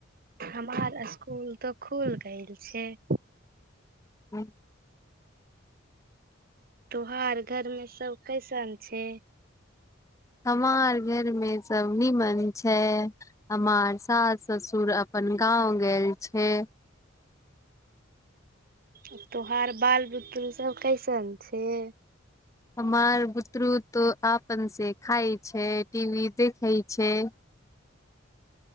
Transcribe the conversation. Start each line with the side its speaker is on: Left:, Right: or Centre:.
Right: हमार स्कुल तऽ खुल गेल छैय।
Left: <inaudible>
Right: तोहार घर में सब कैसन छैय?
Left: हमार घर में सब नीमन छैय हमार सास ससुर अप पन गाँव गेल छैय।
Right: त्योहार बाल बुतरू सब कैसन छैय?
Left: हमार बुतरू त आपन से खाई छैय टीवी देखैइ छैय।